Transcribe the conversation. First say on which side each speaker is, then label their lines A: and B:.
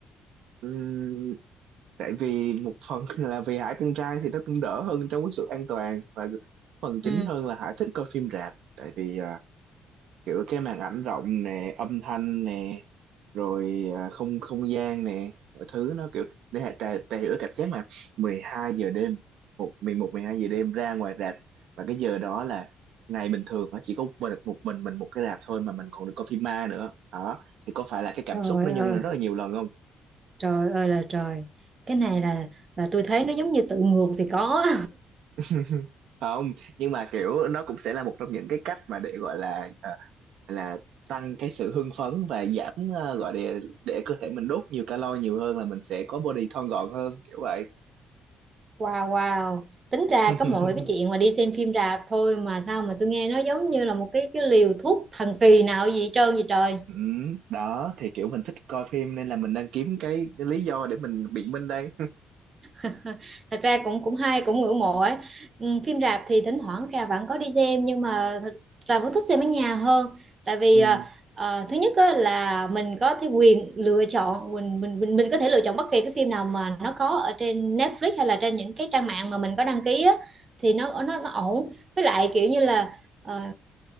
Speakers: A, on the right; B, on the right.
A: Ừ, tại vì một phần <laughs> là vì Hải con trai thì nó cũng đỡ hơn trong cái sự an toàn và phần chính
B: Ừ.
A: hơn là Hải thích coi phim rạp tại vì à, kiểu cái màn ảnh rộng nè âm thanh nè rồi à, không không gian nè mọi thứ nó kiểu để hà- tà, tà hiểu cái cảm giác mà 12 giờ đêm một 11 12 giờ đêm ra ngoài rạp và cái giờ đó là ngày bình thường á, chỉ có một mình một mình mình một cái rạp thôi mà mình còn được coi phim ma nữa đó thì có phải là cái cảm
B: Trời
A: xúc nó
B: ơi,
A: nhân lên rất là nhiều lần không
B: trời ơi là trời. Cái này là là tôi thấy nó giống như tự ngược thì có.
A: <laughs> không nhưng mà kiểu nó cũng sẽ là một trong những cái cách mà để gọi là ờ, là tăng cái sự hưng phấn và giảm ờ, gọi để để cơ thể mình đốt nhiều calo nhiều hơn là mình sẽ có body thon gọn hơn kiểu vậy
B: Wow, wow. Tính ra có mọi
A: <laughs>
B: cái chuyện mà đi xem phim rạp thôi mà sao mà tôi nghe nó giống như là một cái cái liều thuốc thần kỳ nào gì hết trơn vậy trời.
A: ừ, đó thì kiểu mình thích coi phim nên là mình đang kiếm cái, lý do để mình biện minh đây
B: <laughs> thật ra cũng cũng hay cũng ngưỡng mộ ấy ừ, phim rạp thì thỉnh thoảng trà vẫn có đi xem nhưng mà thật, trà vẫn thích xem ở nhà hơn tại vì
A: <laughs> ừ,
B: à, à, thứ nhất á, là mình có cái quyền lựa chọn mình mình mình mình có thể lựa chọn bất kỳ cái phim nào mà nó có ở trên Netflix hay là trên những cái trang mạng mà mình có đăng ký á, thì nó nó nó ổn với lại kiểu như là ờ,